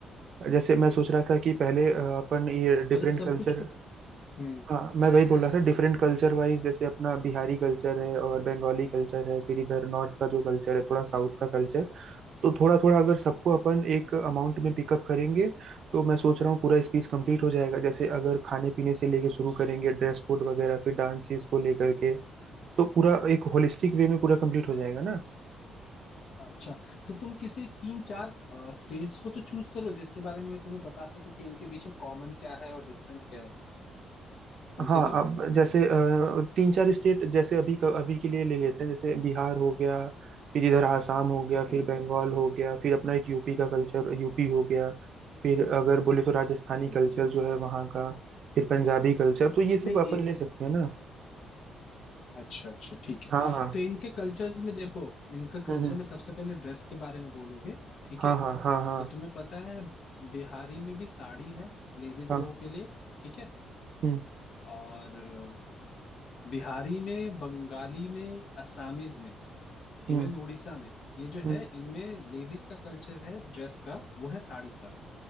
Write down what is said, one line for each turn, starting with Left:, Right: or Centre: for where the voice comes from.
Right: जैसे मैं सोच रहा था कि पहले अ, अपन ये डिफरेंट
Left: अगर सब
Right: कल्चर
Left: कुछ को हम्म
Right: हाँ मैं वही बोल रहा था डिफरेंट कल्चर वाइज जैसे अपना बिहारी कल्चर है और बंगाली कल्चर है फिर इधर नॉर्थ का जो कल्चर है थोड़ा साउथ का कल्चर तो थोड़ा थोड़ा अगर सबको अपन एक अमाउंट में पिकअप करेंगे तो मैं सोच रहा हूँ पूरा स्पीच कंप्लीट हो जाएगा जैसे अगर खाने पीने से लेके शुरू करेंगे ड्रेस कोड वगैरह फिर डांसेस को लेकर के तो पूरा एक होलिस्टिक वे में पूरा कंप्लीट हो जाएगा ना
Left: अच्छा तो तुम किसी तीन चार स्टेट्स को तो चूज करो जिसके बारे में मैं तुम्हें बता सकूं कि इनके बीच में कॉमन क्या है और डिफरेंट क्या है कम
Right: हाँ
Left: से कम
Right: अब जैसे अ, तीन चार स्टेट जैसे अभी का, अभी के लिए ले लेते हैं जैसे बिहार हो गया फिर इधर आसाम हो गया
Left: हम्म
Right: फिर बंगाल हो गया फिर अपना एक यूपी का कल्चर यूपी हो गया फिर अगर बोले तो राजस्थानी
Left: हम्म
Right: कल्चर जो है वहाँ का फिर पंजाबी कल्चर तो ये सब
Left: नहीं
Right: अपन
Left: ए,
Right: ले सकते हैं ना
Left: अच्छा अच्छा ठीक है
Right: हाँ हाँ
Left: तो इनके कल्चर्स में देखो इनका
Right: हम्म
Left: कल्चर में सबसे पहले ड्रेस के बारे में बोलोगे ठीक
Right: हाँ
Left: है
Right: हाँ हाँ हाँ
Left: तो तुम्हें पता है बिहारी में भी साड़ी है लेडीज
Right: हाँ
Left: लोगों के लिए ठीक है
Right: हम्म
Left: और अ, बिहारी में बंगाली में असमीज में इवन
Right: हम्म
Left: उड़ीसा में ये जो
Right: हम्म,
Left: है इनमें लेडीज का कल्चर है ड्रेस का वो है साड़ी का